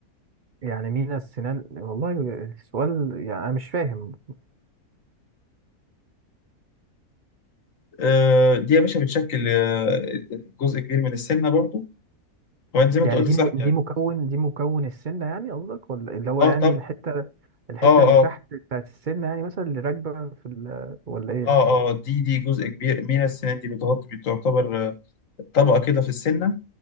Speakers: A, on the right; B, on the left.
A: يعني مين السنان والله السؤال يعني انا مش فاهم
B: <laughs> آه، دي يا باشا بتشكل آه، جزء كبير من السنه برضو هو زي ما
A: يعني
B: انت قلت
A: دي
B: صح
A: مو... دي
B: يعني
A: مكون دي مكون السنه يعني قصدك ولا اللي هو
B: اه
A: يعني
B: طب
A: الحته الحته
B: اه
A: اللي
B: اه
A: تحت بتاعت السنه يعني مثلا اللي راكبه في ال... ولا ايه
B: اه
A: مش فاهم
B: اه دي دي جزء كبير مين السنان دي بتغطي بتعتبر آه، طبقه كده في السنه